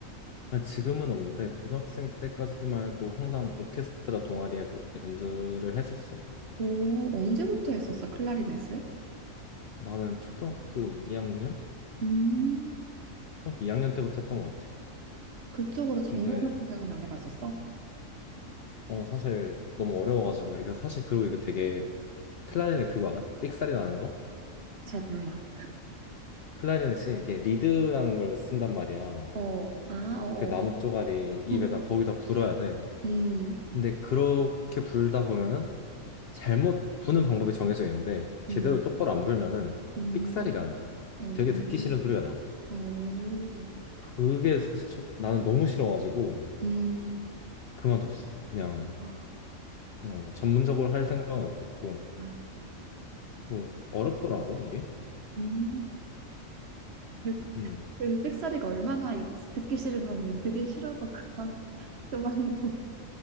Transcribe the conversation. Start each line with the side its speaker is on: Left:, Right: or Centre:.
Left: 아니, 지금은 없는데, 고등학생 때까지만 해도 항상 오케스트라 동아리에서 연주를 했었어.
Right: 오, 언제부터 했었어, 클라리넷을?
Left: 나는 초등학교 2학년?
Right: 음,
Left: 초등학교 2학년 때부터 했던 것 같아.
Right: 그쪽으로 전공할
Left: 근데,
Right: 생각은 안 해봤었어?
Left: 어, 사실 너무 어려워가지고, 이게 사실 그리고 이거 되게 클라리넷 그거 알아? 삑사리 나는 거?
Right: 잘 몰라.
Left: 클라리넷이 이게 리드라는 걸 쓴단 말이야.
Right: 어, 아, 어.
Left: 그 나무
Right: 어.
Left: 쪼가리 입에다
Right: 음,
Left: 거기다 불어야 돼.
Right: 음,
Left: 근데 그렇게 불다 보면은 잘못 부는 방법이 정해져 있는데 제대로
Right: 음,
Left: 똑바로 안 불면은
Right: 음,
Left: 삑사리가 나.
Right: 음,
Left: 되게 듣기
Right: 음.
Left: 싫은 소리가 나.
Right: 어, 어,
Left: 그게 사실 저- 나는 너무 싫어가지고
Right: 음,
Left: 그만뒀어. 그냥
Right: 아,
Left: 어, 전문적으로 할 생각은 없었고
Right: 아,
Left: 또 어렵더라고 이게.
Right: 음. 그,
Left: 음
Right: 그 삑사리가 얼마나 듣기 싫으면은 듣기 싫어서 그만 그만도 <laughs>